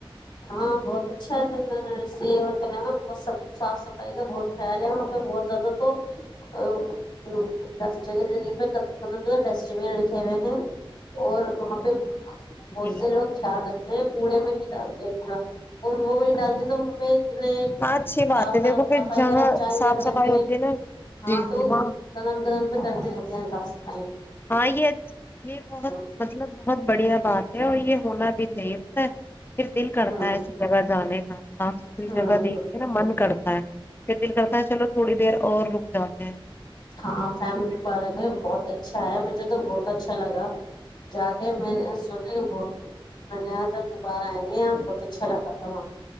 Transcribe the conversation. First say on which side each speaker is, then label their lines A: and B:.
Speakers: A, on the left (about 55°); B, on the left (about 25°).
A: ہاں بہت اچھا ہے نرسری اور کیا نام ب سب صاف صفائی کا بہت خیال ہے وہاں پہ بہت زیادہ تو ہ دس جگہ جگہ پھر ختم ختم مطلب ڈسٹ بین رکھے ہوئے ہیں اور وہاں پہ ب
B: جی
A: سے لوگ خیال رکھتے ہیں یہ کوڑے میں ہی ڈالتے کڑا <unintelligible> وہ وہ وہ ڈالتے تو وہاں پہ اتنے
B: ہاں اچھی بات
A: صاف
B: ہے دیکھو پھر
A: صفائی
B: جہاں
A: گرم چاری
B: صاف
A: رکھ
B: صفائی
A: رکھے
B: ہوتی ہے نا
A: ہاں
B: جی
A: تو
B: جی
A: وہ
B: وہاں
A: گرم گرم پہ کرتے رہتے ہیں سات س <unintelligible>
B: ہاں یہ یہ بہت
A: ہے
B: مطلب بہت بڑھیا بات ہے اور یہ ہونا بھی چاہیے پتا ہے پھر دل کرتا
A: ہ
B: ہے ایسی جگہ جانے کا صاف ستھری
A: ہوں
B: جگہ دیکھ کے نا من کرتا ہے پھر دل کرتا ہے چلو تھوڑی دیر اور لوگ جاتے ہیں
A: ہاں فیملی پارک ہے بہت اچھا ہے مب تو بہت اچھا لگا جا کے میں نے سوچا کہ بہ میں نےاں جب دوبارہ آئیں گے یہ بہت اچھا لگا تھا وہاں